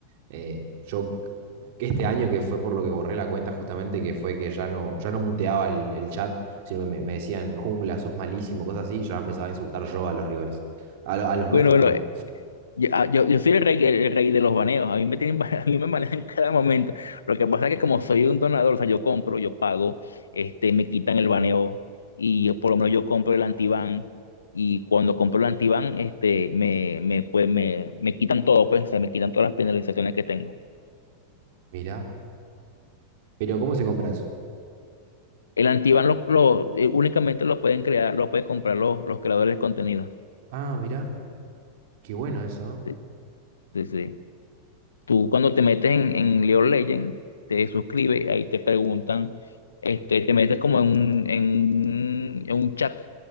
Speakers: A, on the right; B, on the left.
A: Eh, yo que este año que fue por lo que borré la cuenta justamente, que fue que ya no, ya no muteaba el, el chat, sino que me, me decían jungla, sos malísimo, cosas así, y ya empezaba a insultar yo a los rivales, a, lo- a los nuestros,
B: Bueno, bueno,
A: perdón.
B: Yo, ah, yo- yo soy el rey, el rey de los baneos, a mí me tienen, ba- <laughs> a mí me manejan cada momento. Lo que pasa es que como soy un donador, o sea, yo compro, yo pago, este, me quitan el baneo y yo, por lo menos yo compro el antiban y cuando compro el antiban, este, me, me, pues, me, me quitan todo, pues, o sea, me quitan todas las penalizaciones que tengo.
A: Mirá, pero ¿cómo se compra eso?
B: El antiban lo, lo- eh, únicamente lo pueden crear, lo pueden comprar los, los creadores de contenido.
A: Ah, mirá, qué bueno eso, ¿eh?
B: Sí, sí. sí. Tú cuando te metes en, en League of Legends, te suscribes, ahí te preguntan, este, te metes como en un, en un, en un chat